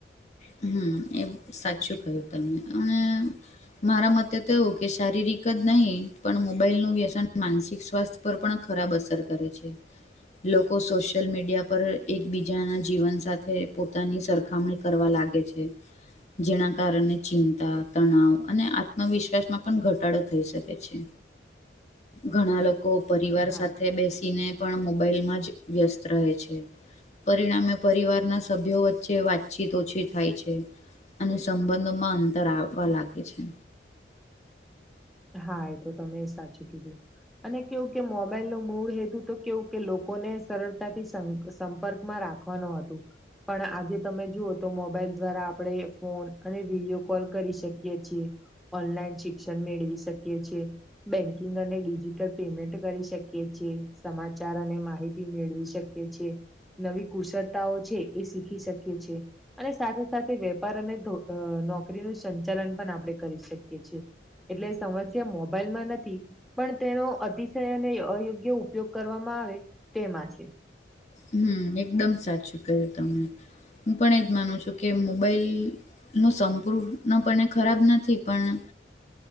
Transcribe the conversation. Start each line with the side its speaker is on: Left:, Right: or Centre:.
Left: હમ્મ એ સાચું કહ્યું તમે <unintelligible> મારા મતે તો એવું કે શારીરિક જ નહીં પણ મોબાઈલનું વ્યસન માનસિક સ્વાસ્થ પર પણ ખરાબ અસર કરે છે. લોકો સોશિયલ મીડિયા પર એકબીજાના જીવન સાથે પોતાની સરખામણી કરવા લાગ ગે છે. જેના કારને ચિંતા તનાવ અને આત્મવિશ્વાસમાં પણ ઘટાડો થઈ શકે છે. ઘણા લોકો પરિવાર
Centre: હા
Left: સાથે બેસીને પણ મોબાઈલમાં જ વ્યસ્ત રહે છે. પરિણામે પરિવારના સભ્યો વચ્ચે વાતચીત ઓછી થાય છે, ને સંબંધોમાં અંતર આવવા લાગે છે.
Centre: હા એ તો તમે સાચું કીધું અને કેવું કે મોબાઈલનો મૂળ હેતુ તો કેવું કે લોકોને સરળતાથી શં સંપકૅમા રાખવાનું હતું. પણ આજે તમે જુઓ તો મોબાઈલ દ્વારા આપણેે ફોન અને વડીયો કોલ કરી શકીએ છીએ ઓનલાઈન શિક્ષણ મેળવી શકીએ છે. બેન્કિંગ અને ડિજિટલ પેમેન્ટ કરી શકીએ છીએ સમાચાર અને માહિતી મેળવી શ કીએ છે, નવી કુશળતાઓ છે, એ શીખી શકીએ છે. અને સાથે સાથે વેપાર અને ધો અ નોકરીનું સંચાલન પણ આપણે કરી શકીએ છે. એટલે સમસ્યા મોબાઈલમાં નથી. પણ તેનો અતિશય અને અયોગ્ય ઉપયોગ કરવામાં આવે તેમાં છે.
Left: હમ એકદમ સાચું ક્યું તમે હું પણ એજ માનું છું કે મોબાઈલ નું સંપૂર્ણપણે ખરાબ નથી પણ